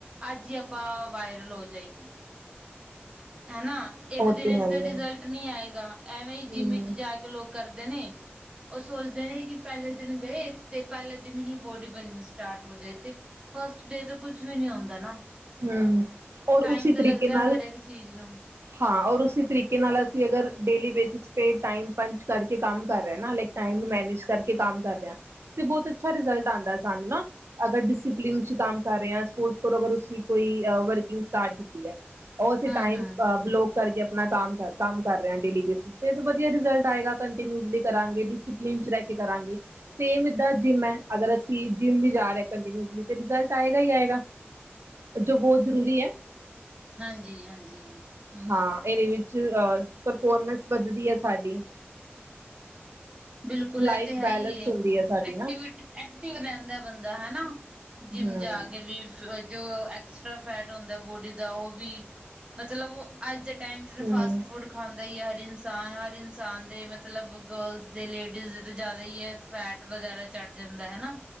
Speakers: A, on the right; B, on the right.
A: ਅੱਜ ਹੀ ਆਪਾਂ ਵਾਇਰਲ ਹੋ ਜਾਈਏ। ਹਨਾ ਇੱਕ
B: ਉਹ
A: ਦਿਨ
B: ਹੈ
A: ਤੇ
B: ਹੀ
A: ਰਿਜਲਟ
B: ਹੈ।
A: ਨਹੀਂ ਆਏਗਾ ਐਵੇਂ ਹੀ ਜਿੰਮ
B: ਹੂੰ
A: ਵਿਚ ਜਾ ਕੇ ਲੋਕ ਕਰਦੇ ਨੇ। ਉਹ ਸੋਚਦੇ ਨੇ ਕਿ ਪਹਿਲੇ ਦਿਨ ਗਏ ਤੇ ਪਹਿਲੇ ਦਿਨ ਹੀ ਬੋਡੀ ਬਣਣੀ ਸਟਾਰਟ ਹੋ ਜਾਏ ਤੇ ਫਸਟ ਡੇ ਤੇ ਕੁਛ ਵੀ ਨੀ ਹੁੰਦਾ ਨਾ।
B: ਹੂੰ, ਔਰ
A: ਟਾਈਮ
B: ਉਸੀ ਤਰੀਕੇ
A: ਤਾਂ ਲੱਗਦਾ
B: ਨਾਲ
A: ਹਰ ਇੱਕ ਚੀਜ਼ ਨੂੰ
B: ਹਾਂ, ਔਰ ਉਸੇ ਤਰੀਕੇ ਨਾਲ ਅਸੀਂ ਅਗਰ ਡੇਲੀ ਬੇਸਿਸ ਪੇ ਟਾਈਮ ਪੰਚ ਕਰਕੇ ਕੰਮ ਕਰ ਰਹੇ ਨਾ ਲੇਕਿਨ ਟਾਈਮ ਨੂੰ ਮੈਨੇਜ ਕਰਕੇ ਕੰਮ ਕਰ ਰਿਹਾ। ਤੇ ਬਹੁਤ ਅੱਛਾ ਰਿਜਲਟ ਆਂਦਾ ਸਾਨੂੰ ਨਾ ਅਗਰ ਡਿਸਿਪਲਿਨ ਚ ਕੰਮ ਕਰ ਰਹੇ ਸਪੋਸ ਕੋਲੋਂ ਅ ਕੋਈ ਵਰਕਿੰਗ ਸਟਾਰਟ ਕੀਤੀ ਐ ਉਹ ਅਸੀਂ
A: ਹੂੰ-ਹੂੰ,
B: ਟਾਈਮ ਬਲੋਕ ਕਰਕੇ ਆਪਣਾ ਕੰਮ ਕੰਮ ਕਰ ਰਿਹਾ ਡੇਲੀ ਬੇਸਿਸ ਫਿਰ ਵਧੀਆ ਰਿਜ਼ਲਟ ਆਏ ਕੰਟਿਨੂਜਲੀ ਚ ਕਰਾਂਗੇ ਡਿਸੀਪਲੀਨ ਚ ਰਹਿ ਕੇ ਕਰਾਂਗੇ। ਸੇਮ ਏਦਾਂ ਜਿੰਮ ਐ ਅਗਰ ਅਸੀਂ ਜਿੰਮ ਵੀ ਜਾ ਰਹੇ ਰਿਜਲਟ ਆਏਗਾ ਹੀ ਆਏਗਾ। ਜੋ ਬਹੁਤ ਜ਼ਰੂਰੀ ਐ।
A: ਹਾਂਜੀ ਹਾਂਜੀ।
B: ਹਾਂ ਇਹਦੇ ਵਿੱਚ ਪਰਫੋਰਮੈਂਸ ਵੱਧਦੀ ਏ ਸਾਡੀ।
A: ਬਿਲਕੁਲ
B: ਲਾਈਫ
A: ਇਹ ਤੇ ਹੈ
B: ਬੈਲੈਂਸ
A: ਈ ਏ
B: ਹੁੰਦੀ ਹੈ ਸਾਡੀ
A: ਐਕਟੀਵਿਟੀ
B: ਨਾ
A: ਐਕਟਿਵ ਰਹਿੰਦਾ ਬੰਦਾ ਹੈਨਾ ਜਿੰਮ
B: ਹਮ
A: ਜਾ ਕੇ ਵੀ ਜੋ ਐਕਸਟਰਾ ਫੈਟ ਹੁੰਦਾ ਬੋਡੀ ਦਾ ਉਹ ਵੀ ਮਤਲਬ ਅੱਜ ਦੇ ਟਾਈਮ ਤੇ
B: ਹਮ
A: ਫਾਸਟ ਫੂਡ ਖਾਂਦਾ ਹੀ ਹੈ ਹਰ ਇਨਸਾਨ ਹਰ ਇਨਸਾਨ ਦੇ ਮਤਲਬ ਗਰਲਜ਼ ਤੇ ਲੇਡੀਜ਼ ਦੇ ਤੇ ਜ਼ਿਆਦਾ ਹੀ ਹੈ ਫੈਟ ਵਗੈਰਾ ਚੜ ਜਾਂਦਾ ਹੈਨਾ